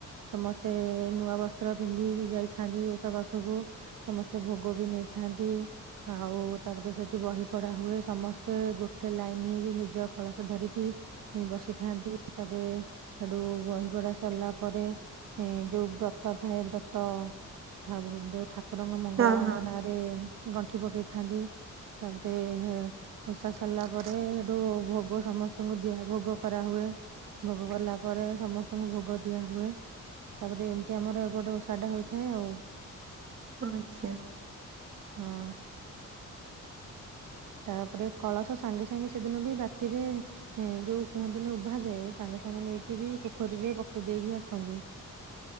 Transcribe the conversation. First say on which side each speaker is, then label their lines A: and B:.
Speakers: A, on the right; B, on the right.
A: ସମସ୍ତେ ନୂଆ ବସ୍ତ୍ର ପିନ୍ଧିକି ଯାଇଥାନ୍ତି ଓଷା ପାଖୁକୁ ସମସ୍ତେ ଭୋ ଗୋ ବି ନେଇଥାନ୍ତି। ଆଉ ତାପରେ ସେଠି ବହି ପଢା ହୁଏ ସମସ୍ତେ ଗୋଟେ ଲାଇନ୍ ହେଇକି ନିଜ କଳସ ଧରିକି <unintelligible> ବସିଥାନ୍ତି ତାପରେ ହେଟୁ ବହି ପଢା ସରିଲା ପରେ। ଏଁ ଯୋଉ ବ୍ରତ ଥାଏ ବ୍ରତ <unintelligible> ଠାକୁରଙ୍କ ମଙ୍ଗଳାମାଙ୍କ
B: ହଁ ହଁ
A: ନାଁ ରେ ଗଣ୍ଠି ପକେଇଥାନ୍ତି ତାପରେ ହେ ଓଷା ସରିଲା ପରେ ହେଟୁ ଭୋଗ ସମସ୍ତିଙ୍କୁ ଦିଆ <unintelligible> ଭୋଗୋ କରାହୁଏ। ଭୋଗୋ କଲା ପରେ ସମସ୍ତଙ୍କୁ ଭୋଗୋ ଦିଆହୁଏ। ତାପରେ ଏମିତି ଆମର ଏପଟେ ଓଷା ଟା ହୋଇଥାଏ ଆଉ।
B: <unintelligible> ଆଚ୍ଛା।
A: ହଁ। ତାପରେ କଳସ ସାଙ୍ଗେ ସାଙ୍ଗେ ସେଦିନ ବି ରାତିରେ ଏଁ ଯୋଉ କୁହନ୍ତିନି ଉଭା ଯାଏ ସାଙ୍ଗେ ସାଙ୍ଗେ ନେଇକି ବି ପୋଖୋରୀରେ ପକେଇ ଦେଇେକି ଆସନ୍ତି। <unintelligible>